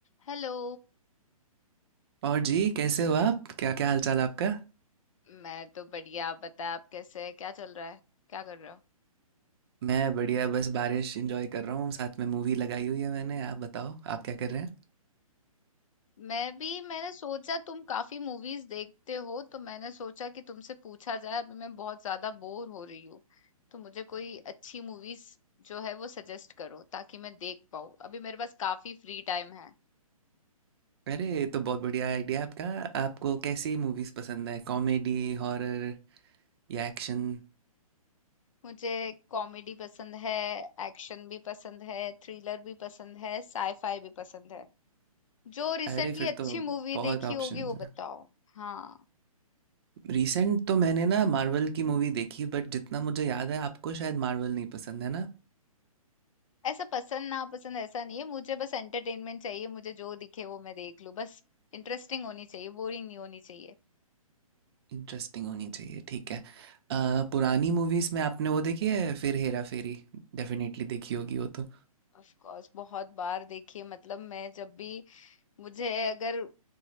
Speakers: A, on the left; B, on the right.
A: Hello
B: और जी कैसे हो आप क्या क्या हाल चाल आपका
A: मैं तो बढ़िया आप बताएं आप कैसे हैं क्या चल रहा है क्या कर रहे हो
B: मैं बढ़िया बस बारिश एंजॉय कर रहा हूँ साथ में मूवी लगाई हुई है मैंने आप बताओ आप क्या कर रहे हैं
A: मैं भी मैंने सोचा तुम काफी मूवीज देखते हो तो मैंने सोचा कि तुमसे पूछा जाए अभी मैं बहुत ज्यादा बोर हो रही हूँ तो मुझे कोई अच्छी मूवीज जो है वो सजेस्ट करो ताकि मैं देख पाऊँ अभी मेरे पास काफी फ्री टाइम है
B: अरे ये तो बहुत बढ़िया आइडिया है आपका आपको कैसी मूवीज पसंद है कॉमेडी हॉरर या एक्शन
A: मुझे कॉमेडी पसंद है एक्शन भी पसंद है थ्रिलर भी पसंद है साईफाई भी पसंद है जो रिसेंटली
B: अरे फिर
A: अच्छी
B: तो
A: मूवी
B: बहुत
A: देखी
B: ऑप्शंस
A: होगी वो
B: हैं
A: बताओ हाँ
B: रिसेंट तो मैंने ना मार्वल की मूवी देखी बट जितना मुझे याद है आपको शायद मार्वल नहीं पसंद है ना
A: ऐसा पसंद नापसंद ऐसा नहीं है मुझे बस एंटरटेनमेंट चाहिए मुझे जो दिखे वो मैं देख लूं बस इंटरेस्टिंग होनी चाहिए बोरिंग नहीं होनी चाहिए
B: इंटरेस्टिंग होनी चाहिए ठीक है अ, पुरानी मूवीज में आपने वो देखी है फिर हेरा फेरी डेफिनेटली देखी होगी वो तो।
A: ऑफ कोर्स बहुत बार देखिए मतलब मैं जब भी मुझे अगर